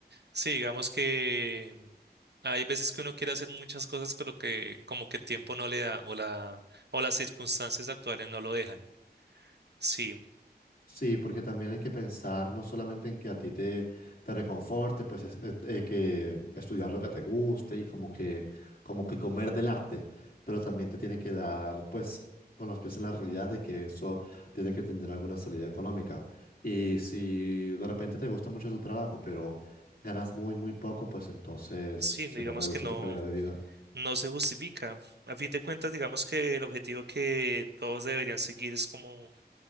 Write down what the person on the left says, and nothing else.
Sí, porque también hay que pensar no solamente en que a ti te, te reconforte, pues es- es- eh, que estudiar lo que te guste y como que, como que comer del arte, pero también te tiene que dar pues con los pies en la realidad de que eso tiene que tener alguna salida económica. Y si de repente te gusta mucho tu trabajo, pero ganas muy, muy poco, pues entonces
se
reduce
tu calidad de vida.